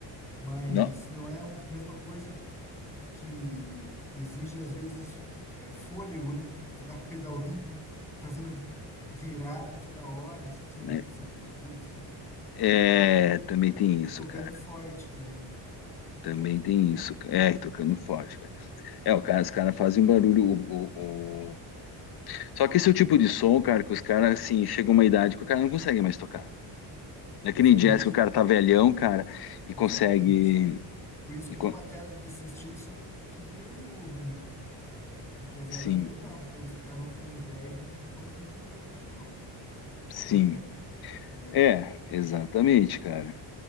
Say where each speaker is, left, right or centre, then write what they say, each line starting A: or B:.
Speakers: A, in the centre; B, on the left.
A: Mas
B: Não.
A: não é a mesma coisa que exige, às vezes, é, fôlego, né? Tocar com pedal duplo, fazendo virada toda hora, assim,
B: né?
A: no Sepultura, assim, né?
B: É, também tem isso,
A: E tocando
B: cara.
A: forte também, né?
B: Também tem isso. cara. É, tocando forte, cara. É, o cara, os caras fazem um barulho. O, o, Só que esse é o tipo de som, cara, que os caras, assim, chega uma idade que o cara não consegue mais tocar. Naquele
A: Sim,
B: jazz que o cara tá velhão, cara,
A: justamente.
B: e consegue.
A: Por isso
B: e
A: que
B: co-
A: os bateras desse estilo são tudo meio novo, né? Porque as
B: Sim,
A: hadas meio nova, porque os caras vão ficando velhos, já não não vão aguentando mais muito, não.
B: sim.
A: <laughs> Né?
B: É, exatamente, cara.